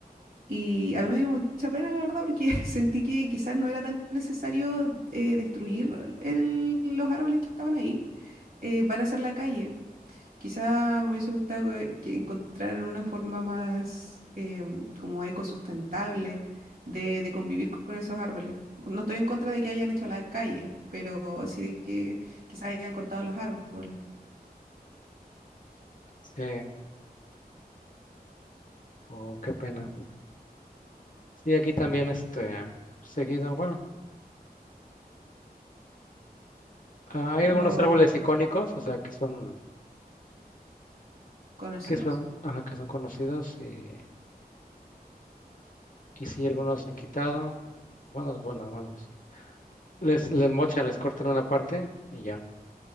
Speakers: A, on the right (about 70°); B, on the left (about 55°).
A: Y a mí me dio mucha pena, la verdad, porque <laughs> sentí que quizás no era tan necesario eh, destruir el- los árboles que estaban ahí eh, para hacer la calle. Quizá me hubiese gustado que, que encontraran una forma más em, como ecosustentable de, de convivir con esos árboles. No estoy en contra de que hayan hecho la calle, pero sí de que quizá hayan cortado los árboles.
B: Sí, oh, qué pena. Sí, aquí también este, seguido, bueno. Ah, hay
A: ¿Los
B: algunos árboles icónicos, o sea, que son,
A: conocidos?
B: que son, ajá, que son conocidos y, y sí, algunos se han quitado. Bueno, luego nada más los- les, les mochan, les cortan una parte y ya.